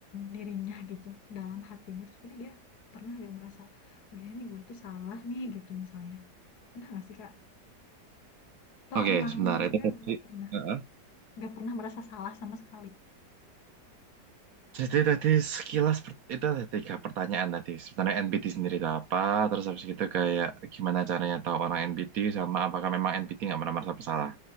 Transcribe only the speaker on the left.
dirinya gitu, dalam hatinya terus sebenarnya dia pernah gak merasa, oh ya ini gue tuh salah nih gitu misalnya. Pernah gak sih Kak? Atau
emang
dia
nggak pernah,
nggak pernah merasa salah sama sekali.